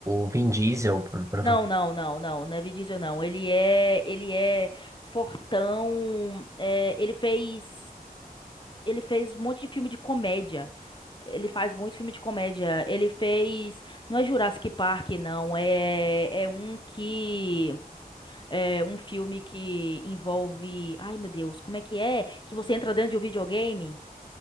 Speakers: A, on the right; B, on the left.
A: o Vin Diesel. pro- prova-
B: Não, não, não, não, não é Vin Diesel, não. Ele é, ele é fortão, é, ele fez, ele fez um monte de filme de comédia. Ele faz muito filme de comédia. Ele fez. Não é Jurassic Park, não. É, é um que. É um filme que envolve. Ai, meu Deus, como é que é? Que você entra dentro de um videogame?